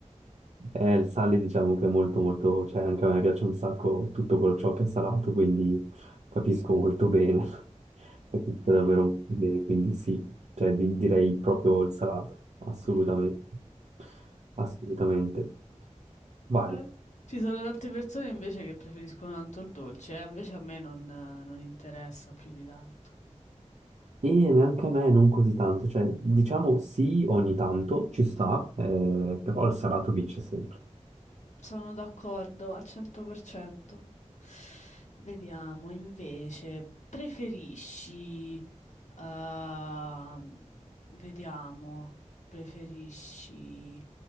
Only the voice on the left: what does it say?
Eh,
mm,
eh, Ci sono tante persone invece che preferiscono tanto il dolce, eh, invece a me non non interessa più di tanto.
Sono d'accordo al 100%. Vediamo invece, preferisci, ehm, vediamo, preferisci